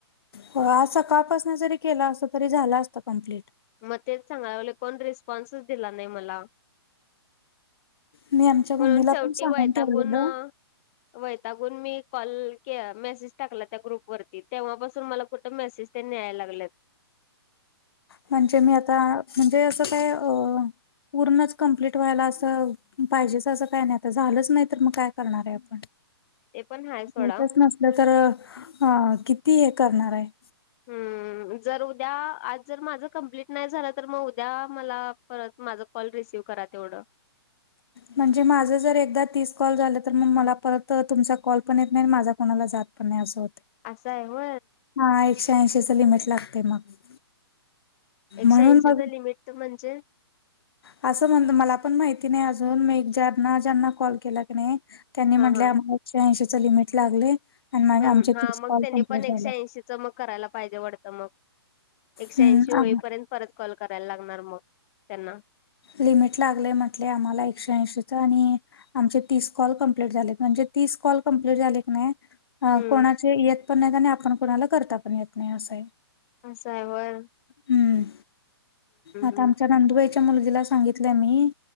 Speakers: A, on the left; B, on the left.
A: हो आज सकाळपासून जरी केला असत तरी झालं असत कंप्लीट.
B: मग तेच सांगाय लागलोय कोण रिस्पॉन्सच दिला नाही मला
A: मी आमच्या मम्मीला
B: म्हणून शेवटी
A: पण सांगून
B: वैतागुण
A: ठेवलेलं
B: वैतागून मी कॉल के मेसेज टाकला त्या ग्रुप वरती तेव्हापासून मला कुठे मेसेज त्येंनी याय लागलेत
A: म्हणजे मी आता म्हणजे असं काय अ पूर्णच कम्प्लीट व्हायला असं पाहिजेच असं काही नाही आता झालंच नाही तर मग काय करणार आहे आपण
B: ते पण हाय सोडा
A: होतच नसलं तर अ किती हे करणार आहे.
B: हम्म जर उद्या आज जर माझ कंप्लीट नाही झालं तर मग उद्या मला परत माझा कॉल रिसिव्ह करा तेवढं.
A: म्हणजे माझं जर एकदा तीस कॉल झालं तर मग मला परत तुमचा कॉल पण येत नाही माझा कोणाला जात पन्नास होते.
B: असं आहे हो.
A: हा एकशे ऐंशीच लिमिट लागते मग
B: एकशे
A: म्हणून
B: ऐंचीचं
A: मग
B: लिमिट म्हणजे
A: असं म्हणत मला पण माहिती नाही अजून मी ज्यांना ज्यांना कॉल केला क नाही. त्यांनी म्हटले
B: हा हा
A: आम्हाला एकशे ऐंशीच लिमिट लागले. आणि माझे
B: हम्म
A: आमचे
B: हा
A: तीस
B: मग
A: कॉल
B: त्यानी
A: कंप्लीट
B: पण एकशे
A: झाले
B: ऐंशीच मग करायला पाहिजे वडतं मग. एकशे
A: हम्म
B: ऐंशी होईपर्यंत परत कॉल करायला लागणार मग त्यांना.
A: लिमिट लागलंय म्हटले आम्हाला एकशे ऐंशीच आणि आमचे तीस कॉल कमप्ललीट झाले म्हणजे तीस कॉल कंप्लीट झाले की नाही. अ
B: हम्म
A: कोणाचे येत पण नाही आणि आपण कोणाला करता पण येत नाही असं आहे.
B: असा आहे वर.
A: हम्म आता
B: हम्म
A: आमच्या नंदुबाईच्या मुलगीला सांगितलंय मी